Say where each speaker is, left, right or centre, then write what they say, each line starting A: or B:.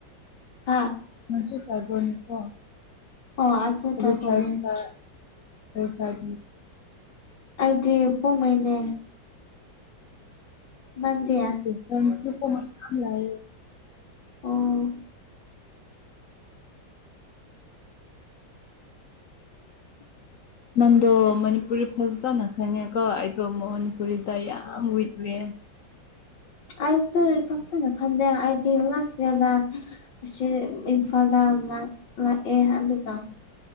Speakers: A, on the left; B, on the left.
A: ꯍꯥꯥ
B: ꯃꯁꯤ ꯇꯥꯏꯕꯣꯟꯅꯤꯀꯣ
A: ꯑꯣ ꯑꯁꯨ
B: ꯑꯗꯨ
A: ꯇ꯭ꯔꯥꯏꯕꯦꯜꯅꯦ
B: ꯇꯥꯏꯕ ꯑꯩ ꯐꯥꯏ
A: ꯑꯩꯗꯤ ꯄꯣꯉꯩꯅꯦ ꯃꯟꯗꯦ
B: ꯐ꯭ꯔꯦꯟꯁꯤꯞ ꯀ ꯃ ꯈꯂꯑ
A: ꯑꯣ <unintelligible> <unintelligible>
B: ꯅꯪꯗꯣ ꯃꯅꯤꯄꯨꯔꯤ ꯐꯖꯅ ꯈꯪꯉꯦꯀꯣ ꯑꯩꯗꯣ ꯃꯅꯤꯄꯨꯔꯤꯗ ꯌꯥꯝ ꯋꯤꯛꯋꯦ
A: ꯑꯁꯨ ꯀꯁꯅ ꯈꯗꯦ ꯑꯗꯤ ꯂ ꯁꯤꯗ ꯑꯁꯤ ꯏꯝꯐꯥꯜꯗ ꯂꯥꯛꯑꯦ ꯑꯗꯨꯒ